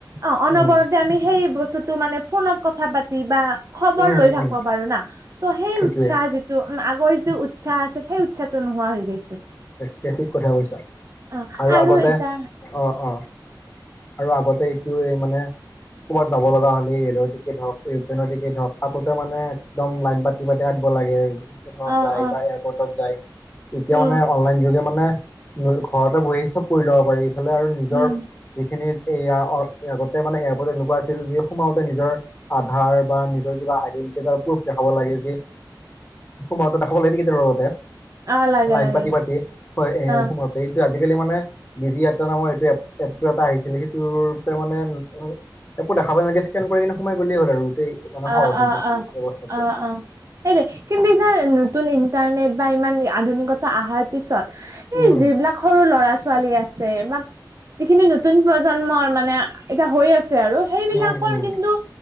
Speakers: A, on the right; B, on the left.
A: অ অনবৰতে
B: উম
A: আমি সেই্ ব বস্তুো মানে ফোনত কথা পাতি বা খবৰ
B: উম
A: লৈ
B: উম
A: থাকিব পাৰো না ত সেই
B: সেইটোৱে
A: উৎসাহ যিটো আগৰ যিটো উ উচ্ছা আছিলে উচ্ছাতো নোহোৱা হৈ গৈছে
B: তে ঠিক কথা কৈছা
A: অ
B: আৰু আগতে
A: এতিয়া
B: অ অ আৰু আগতে এইটো মানে ক'ৰবাত যাব লগা হলে ৰেলৰ টিকট হওক এৰোপ্লেন টিকেট হওক তাতে মানে একদম লাইন পাতি পাতি যাব লাগে ষ্টেচনত
A: অ
B: যায়
A: অ
B: এয়াৰপৰ্তত যায় তেতিয়া
A: উম
B: মানে আইনযোগে মানে ঘৰতে বহি আহি চব কৰি ল'ব পাৰি ইফালে আৰু নিজৰ
A: উম
B: যিখিনি এয়া আগতে মানে এয়াৰপৰ্ট এনেকুৱা আছিল যি সোমাওঁতে নিজৰ আধাৰ বা নিজৰ কিবা আইডেনটিতি প্ৰুভ দেখাব লগে যিতিয়া সোমাওতে দেখাব লাগে লগতে
A: অ লাগে
B: লাইন
A: লাগে।
B: পাতি পাতি হয় এ
A: অ
B: সোমাওতে এইটো আজিকালি মানে ডি জি এটা নামৰ এইটো এ এপটো এটা আহিছিলে সেইটোৰূপে মানে একো দেখাব নালাগে চেকিন কৰিনে সোমাই গলেই হ'ল আৰু। গোটেই মানে সহজ
A: অ
B: হৈ
A: অ
B: পৰিছে
A: অ
B: ব্যৱস্থাটো
A: অ অ এ কিন্তু নতুন ইন্টাৰনেট বা ইমান আধুনিকতা অহাৰ পিছত এই
B: উম
A: যিবিলাক সৰু ল'ৰা ছোৱালী আছে যিখিনি নতুন প্ৰজন্মৰ মানে এতিয়া হৈ আছে আৰু সেইবিলাকৰ
B: উম উম
A: কিন্তু